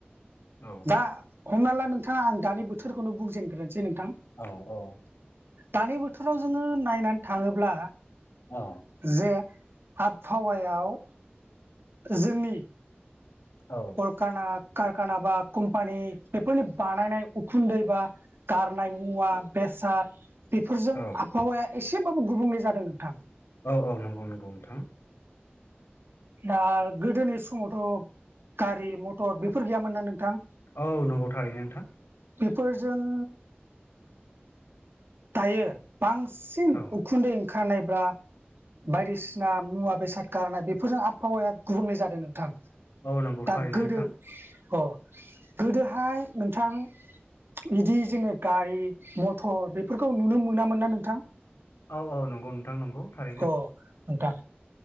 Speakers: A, on the left; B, on the right.
A: औ
B: दा हमना ला नोंथाङा आं दानि बोथोरखौनो बुंजेनग्रोनोसै नोंथां।
A: औ औ
B: दानि बोथोराव जोङो नायनानै थाङोब्ला
A: औ
B: जे आबहावायाव जोंनि
A: औ
B: काना कारखाना बा कम्पानि बेफोरनि बानायनाय उखुन्दै बा गारनाय मुवा बेसाद बेफोरजों
A: औ
B: आबहावाया एसेबाबो गुबुंले जादों नोंथां।
A: औ औ नंगौ नंगौ नोंथां।
B: दा गोदोनि समावथ' गारि मटर बेफोर गैयामोन ना नोंथां।
A: औ नंगौ थारैनो नोंथां
B: बेफोरजों दायो बांसिन
A: औ
B: उखुन्दै ओंखारनायब्रा बायदिसिना मुवा बेसाद गारनाय बेफोरजों आबहावाया गुबुंले जादों नोंथां
A: औ नंगौ
B: दा
A: थारैनो
B: गोदो
A: नोंथां
B: अ गोदोहाय नोंथां बिदि जोङो गारि मथर बे फोरफोरखौ नुनो मोनामोन ना नोंथां
A: औ औ नंगौ नोंथां नंगौ थारैनो
B: अ नोंथां